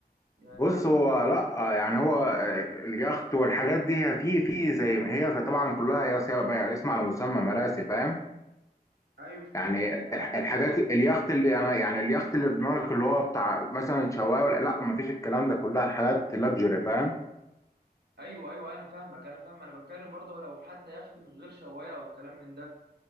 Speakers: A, on the right (about 75°); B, on the left (about 20°).
A: يعني
B: بص
A: انا
B: هو لا آه، يعني هو آه، اليخت والحاجات دي هي في في زي ما هي طبعا كلها يا سيما بقى اسم على مسمى مراسي فاهم
A: ايوه في
B: يعني
A: مرسى
B: الح-
A: يعني
B: الحاجات اليخت اللي انا يعني اليخت اللي في دماغك اللي هو بتاع مثلا شوايه ولا لا ما فيش الكلام ده كلها حاجات لاكجري فاهم
A: ايوه ايوه انا فاهمك انا فاهم انا بتكلم برضه لو حتى يخت من غير شوايه او الكلام من ده